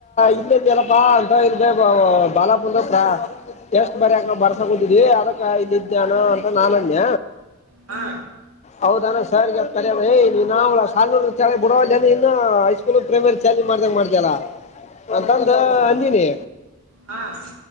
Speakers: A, on the left; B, on the right.
A: ಇಲ್ಲ ಇದ್ಯಲ್ಲಪ್ಪಾ ಅಂತ ಇ ಬಾಲಾಪ ಅಂದ ಟೆಸ್ಟ್ ಬರ್ಯಾಕ್ ಬರ್ಸಕತಿದವಿ ಅದಕ್ಕ ಇಲ್ಲಿದಾನು ಅಂತ ನಾನನ್ಯ
B: ಹಾ
A: ಹೌದಾನ ಸಾರ್ ಗ ಹೇಳ್ತೇನೆ ತಡಿ ಏ ನಿನ್ನ ಯಾವ ಸಣ್ಣ ಳೆ ಬುಡವನ ಇನ್ನು ಹೈಸ್ಕೂಲ್ ಪ್ರೈಮರಿ ಚಾರ್ಜ್ ಮಾಡ್ತ ಮಾಡ್ತಲ ಅಂತ ಅಂಜಿನಿ
B: ಹಾಂ ಹಾಂ